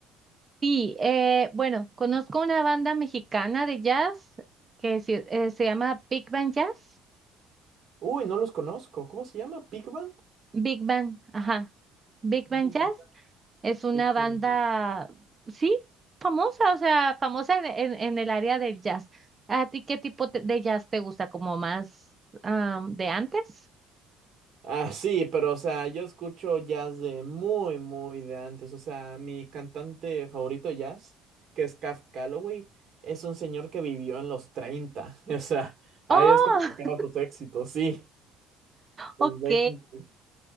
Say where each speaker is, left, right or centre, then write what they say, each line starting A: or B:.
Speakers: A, on the right; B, on the right.
A: Sí, eh, bueno, conozco una banda mexicana de jazz que se, eh, se llama Big Band Jazz.
B: Uy, no los conozco. ¿Cómo se llama? ¿Pig Band?
A: Big Band, ajá. Big Band
B: Big
A: Jazz.
B: Band.
A: Es una
B: Big
A: banda,
B: Band.
A: sí, famosa, o sea, famosa en, en- en el área del jazz. ¿A ti qué tipo te- de jazz te gusta? ¿Como más am, de antes?
B: Ah, sí, pero o sea, yo escucho jazz de muy, muy de antes. O sea, mi cantante favorito de jazz, que es Caf Calloway, es un señor que vivió en los 30, <laughs> O sea, ahí
A: Oh,
B: es cuando sacaba
A: <laughs>
B: sus éxitos, sí, los
A: ok.
B: veinte,